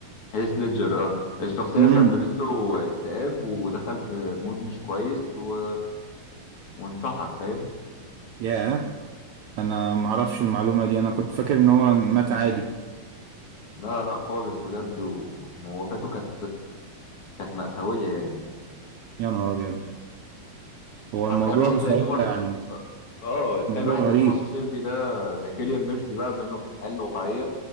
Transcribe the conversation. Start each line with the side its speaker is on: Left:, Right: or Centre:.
Left: هيث ليدجر اه الشخصية
Right: امم
Left: سببت له اكتئاب ودخل في مود مش كويس و... وانتحر فاهم
Right: ياه انا معرفش المعلومة دي انا كنت فاكر ان هو مات عادي
Left: لا لا خالص بجد و- ووفاته كانت كانت مأساوية يعني
Right: يا نهار ابيض هو الموضوع
Left: فتخيل واحد
Right: بصراحة
Left: زي توماس
Right: يعني
Left: اه تخيل
Right: موضوع
Left: واحد
Right: غريب
Left: زي توماس شيلبي ده زي كيليان ميرفي بقى بما انه في الحياة الواقعية